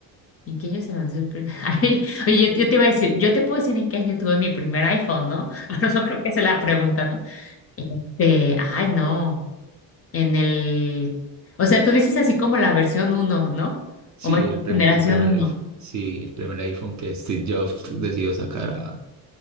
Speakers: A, on the left; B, on the right.
A: ¿en qué año se lanzó el primer? <laughs> Ay, oye, yo, yo te iba a decir, yo te puedo decir en qué año tuve mi primer iPhone, ¿no? <laughs> Pero no creo que sea la pregunta, ¿no? Este, ay, no. En el. O sea, tú dices así como la versión uno, ¿no?
B: Sí,
A: O más bien
B: el primer,
A: generación
B: el primer
A: uno.
B: iPhone. Sí, el primer iPhone que Steve Jobs decidió sacar a-